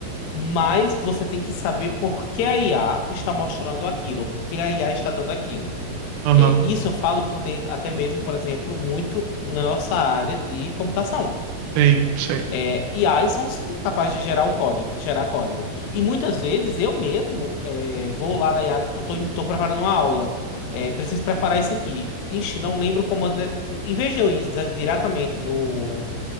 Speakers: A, on the left (about 75°); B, on the right (about 80°).
A: mas você tem que saber por que a IA está mostrando aquilo, por que a IA está dando aquilo.
B: Aham.
A: É, isso eu falo por dentro, até mesmo, por exemplo, muito na nossa área de computação.
B: Sim, sim.
A: É, IAs são sim capazes de gerar o código, de gerar código. E muitas vezes eu mesmo é, vou lá na IA, tipo, tô, em- tô preparando uma aula, é, preciso preparar isso aqui. Ixi, não lembro o comando. né? Em vez de eu ir diretamente no,